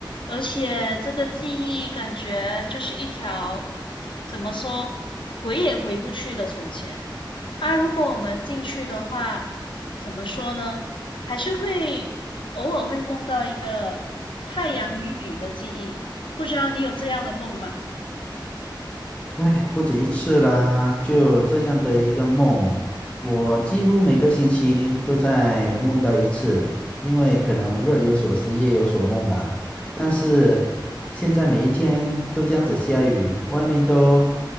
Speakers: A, on the left; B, on the left.
A: 而且这个记忆感觉就是一条，怎么说，回也回不去的从前。啊，如果我们进去的话，怎么说呢？还是会偶尔会梦到一个太阳与雨的记忆，不知道你有这样的梦吗？
B: 哎，不止一次啦，就有这样的一个梦，我几乎每个星期都在梦到一次，因为可能日有所思，夜有所梦吧。但是现在每一天都这样子下雨，外面都